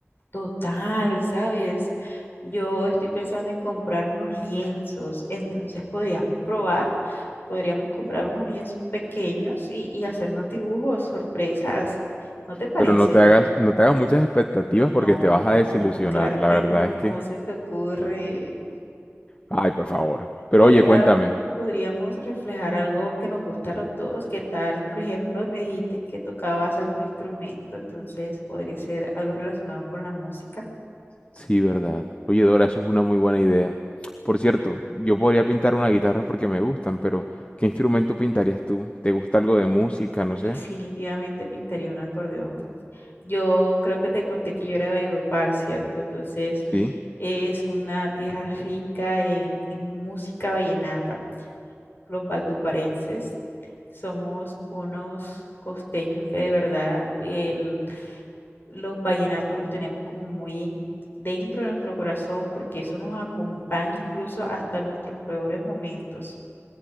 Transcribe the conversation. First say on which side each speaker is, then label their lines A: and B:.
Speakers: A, on the left (about 50°); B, on the left (about 25°).
A: Total, ¿sabes? Yo estoy pensando en comprar unos lienzos, entonces podríamos probar, podríamos comprar unos lienzos pequeños y, y hacernos dibujos, sorpresas. ¿No te parece?
B: Pero no te hagas, no te hagas muchas expectativas
A: No,
B: porque te vas a desilusionar.
A: claro
B: La
A: que
B: verdad
A: no,
B: es
A: ¿cómo
B: que,
A: se te ocurre?
B: ay, por favor. Pero
A: Podríamos,
B: oye, cuéntame,
A: podríamos reflejar algo que nos gusta a los dos. ¿Qué tal? Por ejemplo, me dijiste que tocabas algún instrumento, entonces podría ser algo relacionado con la música.
B: Sí, verdad. Oye, Dora, eso es una muy buena idea. Por cierto, yo podría pintar una guitarra porque me gustan, pero ¿qué instrumento pintarías tú? ¿Te gusta algo de música? No sé.
A: Definitivamente pintaría un acordeón. Yo creo que te conté que yo era de Valledupar, ¿cierto? Entonces
B: Sí.
A: es una tierra rica en, en música vallenata. los valduparenses somos unos costeños que de verdad el, los vallenatos los tenemos como muy en- dentro de nuestro corazón porque eso nos acompaña incluso hasta nuestros peores momentos.